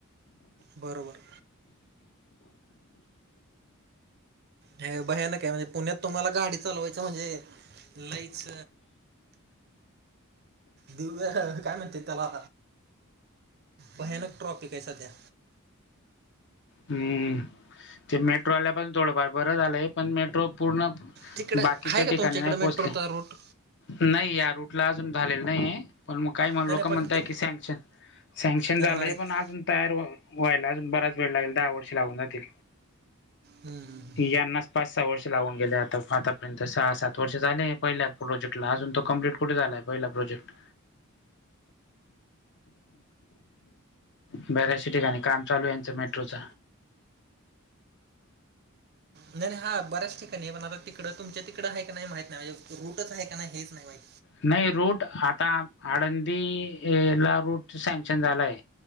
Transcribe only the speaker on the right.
बरोबर. हे भयानकय म्हणजे पुण्यात तुम्हाला गाडी चालवायचं म्हणजे लईच. दिव्य काय म्हणतेत त्याला भयानक ट्रॉफी आहे सध्या.
तिकडे
आहे का
तुमच्या
इकडे
मेट्रोचा रूट
नाही
नाही पण
ते
करणार
आहेत
हम्म.
नाही नाही हा बऱ्याच ठिकाणी पण आता तिकडं तुमच्या तिकडं हाय का नाय माहित नाय रूटच आहे का नाही हेच नाही माहित.